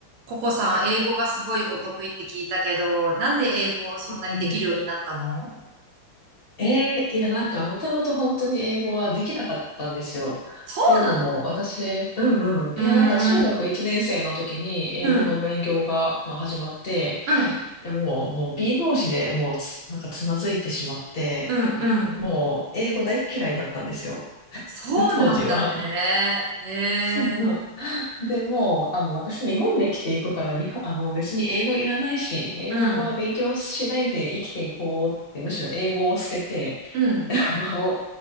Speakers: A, on the right (about 80°); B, on the left (about 40°).
A: ココさん、英語がすごいお得意って聞いたけど、なんで英語をそんなにできるようになったの
B: うんうん。えーいや、なんか、もともと本当に英語はできなかったんですよ。
A: そうなの
B: っていうのも、私、うんうん。
A: うーん、
B: いや、なんか、中学1年生の時に英語の勉強が、
A: うん、
B: まあ、始まって、
A: うん、
B: でもう、もう B 同士でもうつ、なんか、つまずいてしまって、
A: うん、うん。
B: もう、英語大っ嫌いだったんですよ。
A: そうなんだね。
B: <laughs> 当時は。
A: へえ、
B: そうそう。でもう、あの、私、日本で生きていくから、日本、あの、別に英語いらないし、英語は勉強しないで生きていこうって、
A: うん、
B: むしろ英語を捨てて、
A: うん、
B: <laughs> あの、